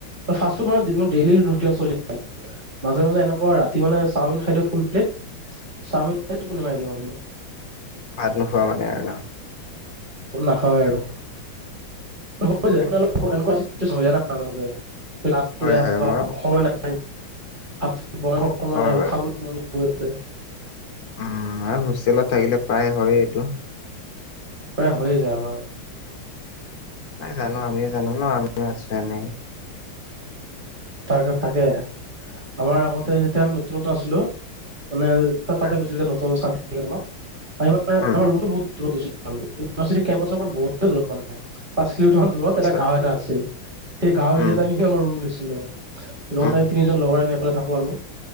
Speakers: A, on the right; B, on the left.
A: ফাষ্ট ফুড মানে দিন দেইলি ৰুটিয়া চলি থাকে মাজে মাজে এনেকুৱা ৰাতি মানে চাওমিন খাই দিও ফুল প্লেত চাওমিন খায়ে টোপনি মাৰি দিও আমি।
B: ভাত নোখোৱা মানে আৰু ন।
A: নাখাওঁবে আৰু হৈ যায়
B: হয়
A: মান
B: নেকি?
A: অলপ এনেকুৱা আছিল। চুবিধা নাই। <unintelligible>
B: হয় হয় মই
A: আচ বনাব সময়
B: হয়
A: নাই
B: বাৰু
A: খাবলৈ মন <unintelligible>
B: উম আৰু হোষ্টেলত থাকিলে প্ৰায় হয় এইটো
A: প্ৰায় হৈয়ে যায় আমাৰ।
B: নাই জানো আমিও জানো ন আমিও আছো এনে
A: তাকে তাকে। আমাৰ আগতে যেতিয়া আমি নতুনত আ হেল্ল' মানে তই
B: হয়
A: তাতে গুচি যা নতুন ন পাৰিবা নাই
B: উম
A: আমাৰ ৰুমটো বহুত দূৰত আছে। ইউভাৰ্চিটি কেম্পাছৰ পৰা বহুতে দূৰত মানে। কিলোমিটাৰ মান দূৰত
B: পিছত
A: এটা গাঁও এটা আছিল। এই গাঁও এৰিয়াত,
B: উম
A: আমি আমাৰ ৰুম লৈছোঁ। হেল্ল'। <unintelligible>
B: উম
A: তিনিজন লগৰ আমি গৈ থাকোঁ, আমি